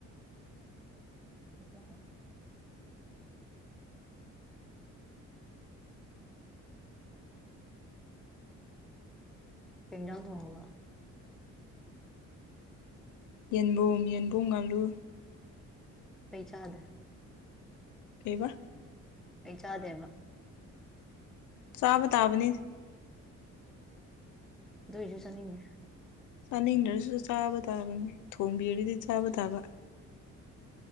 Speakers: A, in the centre; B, on the left.
A: <unintelligible> ꯀꯩ ꯖꯥꯡ ꯊꯣꯡꯉꯥꯕ
B: ꯌꯦꯟꯕꯨꯝ ꯌꯦꯟꯕꯨꯝ ꯉꯥꯂꯨ
A: ꯑꯩ ꯆꯥꯗꯦ
B: ꯀꯩꯕ
A: ꯑꯩ ꯆꯥꯗꯦꯕ
B: ꯆꯥꯕ ꯇꯥꯕꯅꯤ
A: ꯑꯗꯨꯏꯁꯨ ꯆꯠꯅꯤꯡꯉꯦ
B: ꯆꯥꯅꯤꯡꯗꯔꯁꯨ ꯆꯥꯕ ꯇꯥꯕꯅꯤ ꯊꯣꯡꯕꯤꯔꯤꯗꯤ ꯆꯥꯕ ꯇꯥꯕ